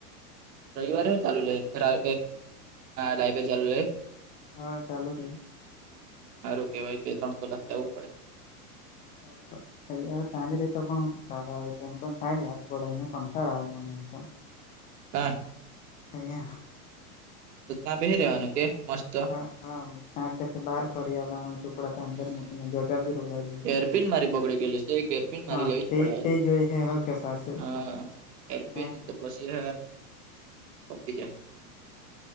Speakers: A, on the right; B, on the left.
A: રવિવારે હો ચાલુ રેય આપણે લાઈબ્રેરી ચાલુ રહે.
B: હવે ચાલુ રેય.
A: સારું કેવાય બે ત્રણ કલાક જાવું પડે.
B: હા. રયરે ત્યાં જ રહીતો પણ હું કા આવે એ પણ તાં જ હારું પડે અહં કંટાળ આવે મને એમ પણ.
A: કા?
B: અહીંયા.
A: તો ત્યાં બેહી રહેવાનું કે મસ્ત.
B: હા ત બાર ફરી આવવાનું ચોપડા અંદર
A: હમ
B: મૂકીને જગા બી રોકાયેલી
A: એરપિન મારી બગડી ગયેલી છે એક એરપિન મારી
B: હા
A: લેવી જ
B: તે
A: પડે
B: તે જોઈ હે હ કે પાછું
A: અ. જુ એરપી
B: ને
A: નિતપછી પપી જ